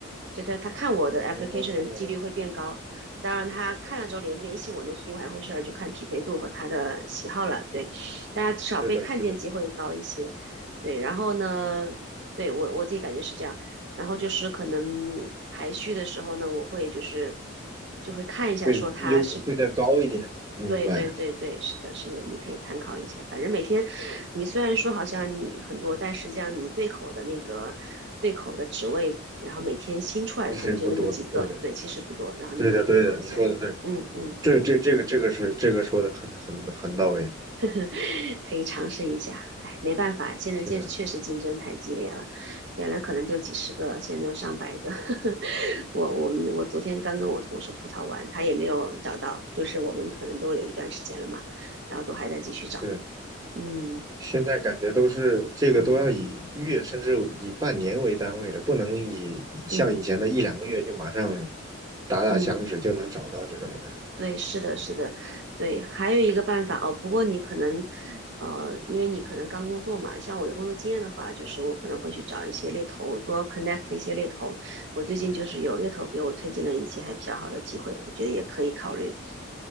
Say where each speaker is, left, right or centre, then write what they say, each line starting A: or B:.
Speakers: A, on the right (about 55°); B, on the right (about 15°).
A: 就他他看我的
B: 哦，
A: application 的几率会变高。当然，他看了之后联不联系我那是另外一回事就看匹配度和他的喜好了。对，大家至少被看见机会高一些。
B: 是的，是的，
A: 对，然后呢，对我我自己感觉是这样。然后就是可能排序的时候呢，我会就是就会看一下，
B: 会优会再高一点，
A: 说它是
B: 明白，
A: 对对对对，是的，是的，你可以参考一下。反正每天你虽然说好像你很多，但实际上你对口的那个对口的职位，然后每天新出来的可能就那么几个，
B: 这是不多的，对的，
A: 对，其实不多。然后你每个投一下，
B: 对的，对的，你说的对。
A: 嗯嗯，
B: 这这这个这个是这个说的很很很到位，
A: <laughs> 呵呵，可以尝试一下。哎，没办法，现在确确实竞争太激烈了，
B: 是的，
A: 原来可能就几十个，现在都上百个。<laughs> 我我们我昨天刚跟我同事吐槽完，他也没有找到，就是我们可能都有一段时间了嘛，然后都还在继续找。
B: 对，
A: 嗯
B: 现在感觉都是这个都要以月甚至以半年为单位了，
A: 嗯
B: 不能以像以前的一两个月就马上
A: 嗯
B: 打打响指就能找到这种。
A: 嗯，
B: 的。
A: 对，是的，是的，对，还有一个办法哦，不过你可能呃，因为你可能刚工作嘛，像我有工作经验的话，就是我可能会去找一些猎头，多 connect 一些猎头。我最近就是有猎头给我推荐了一些还比较好的机会，我觉得也可以考虑。